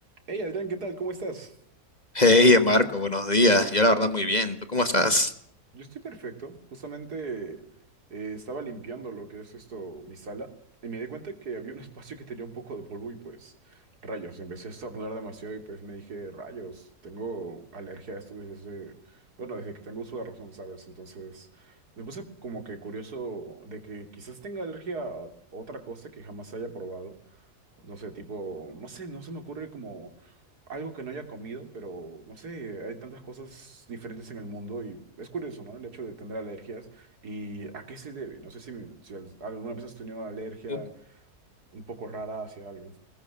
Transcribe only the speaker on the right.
Hey Adrián, ¿qué tal? ¿Cómo estás?
Yo estoy perfecto. Justamente eh, estaba limpiando lo que es esto, mi sala, y me di cuenta que había un <laughs> espacio que tenía un poco de polvo y pues rayos, empecé a estornudar demasiado y pues me dije, rayos, tengo alergia a esto desde hace, bueno, desde que tengo uso de razón, ¿sabes? Entonces me puse como que curioso de que quizás tenga alergia a otra cosa que jamás haya probado. No sé, tipo, no sé, no se me ocurre como algo que no haya comido, pero no sé, hay tantas cosas diferentes en el mundo y es curioso, ¿no? El hecho de tener alergias y a qué se debe. No sé si, me- si al- alguna vez has tenido una alergia
un poco rara hacia algo.